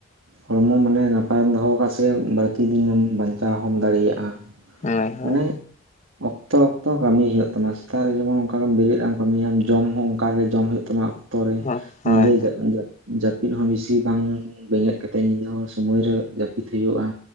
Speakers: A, on the right; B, on the left.
A: ᱦᱚᱲᱢᱚ ᱢᱟᱱᱮ ᱱᱟᱯᱟᱭᱮᱢ ᱫᱚᱦᱚ ᱠᱟ ᱥᱮ ᱵᱟᱹᱲᱛᱤ ᱫᱤᱱᱮᱢ ᱵᱟᱧᱪᱟᱣ ᱦᱚᱸᱢ ᱫᱟᱲᱮᱭᱟᱜ-ᱟ᱾
B: ᱦᱳᱭ ᱦᱳᱭ
A: ᱢᱟᱱᱮ ᱚᱠᱛᱚ ᱚᱠᱛᱚ ᱠᱟᱹᱢᱤ ᱦᱩᱭᱩᱜ ᱛᱟᱢᱟ ᱥᱮᱛᱟᱜ ᱨᱮ ᱡᱮᱢᱚᱱ ᱚᱱᱠᱟᱜᱮᱢ ᱵᱮᱨᱮᱫ ᱟᱢ ᱠᱟᱹᱢᱤᱭᱟᱢ ᱡᱚᱢ ᱦᱚᱸ ᱚᱱᱠᱟ ᱜᱮ ᱡᱚᱢ ᱦᱩᱭᱩᱜ ᱛᱟᱢᱟ᱾ ᱛᱚ ᱨᱮ
B: ᱦᱳᱭ
A: ᱧᱤᱫᱟᱹ
B: ᱦᱳᱭ
A: ᱡᱟᱹᱜ ᱡᱟᱹᱜ ᱡᱟᱹᱯᱤᱫ ᱦᱚᱸ ᱵᱤᱥᱤ ᱵᱟᱝ ᱵᱮᱸᱜᱮᱫ ᱠᱟᱛᱮᱫ ᱧᱤᱫᱟᱹ ᱦᱚᱸ ᱥᱚᱢᱟᱹᱭ ᱨᱮ ᱡᱟᱹᱯᱤᱫ ᱦᱩᱭᱩᱜ-ᱟ᱾